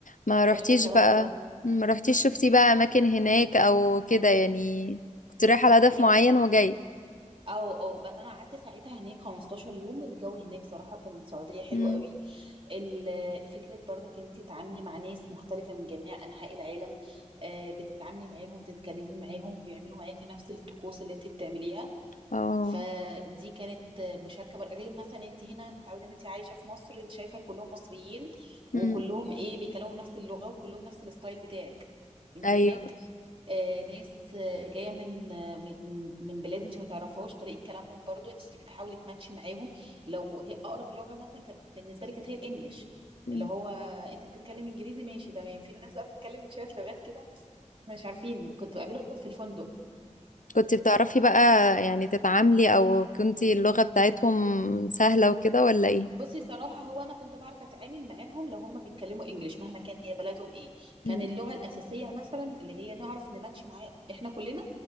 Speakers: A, on the left (about 85°); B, on the right (about 45°).
A: ما رحتيش
B: رحت صراحة
A: بقى ما رحتيش شفتي بقى اماكن هناك او كده يعني كنت رايحة على هدف
B: لا
A: معين وجاي
B: او او بس انا قعدت ساعتها هناك 15 يوم الجو هناك صراحة في السعودية حلو
A: مم.
B: قوي ال- فكرة برضك ان انت تتعاملي مع ناس مختلفة من جميع انحاء العالم آه، بتتعاملي معاهم وتتكلمي معاهم وبيعملوا معاكي نفس الطقوس اللي انت بتعمليها
A: اه
B: فدي كانت مشاركه بر... غير مثلا انت هنا متعوده ان انت عايشه في مصر انت شايفه كلهم مصريين
A: مم.
B: وكلهم ايه بيتكلموا بنفس اللغه وكلهم نفس الستايل بتاعك انت
A: ايوه
B: هناك آه ناس آه جايه من آه من من من بلاد انت ما تعرفهاش طريقه كلامهم برضو انت بتحاولي تماتشي معاهم لو هي اقرب لغه مثلا كانت بالنسبه لي كانت هي الانجليش
A: مم.
B: اللي هو انت بتتكلم انجليزي ماشي تمام في ناس بقى بتتكلم شويه لغات كده احنا مش عارفين كنت بقابلهم في الفندق
A: كنت بتعرفي بقى يعني تتعاملي او كنتي اللغة بتاعتهم سهلة وكده ولا ايه
B: بصي صراحة هو أنا كنت بعرف أتعامل معاهم لو هما بيتكلموا إنجليش مهما كان هي بلدهم إيه كان
A: مم.
B: اللغة الأساسية مثلا اللي هي نعرف نماتش معاه إحنا كلنا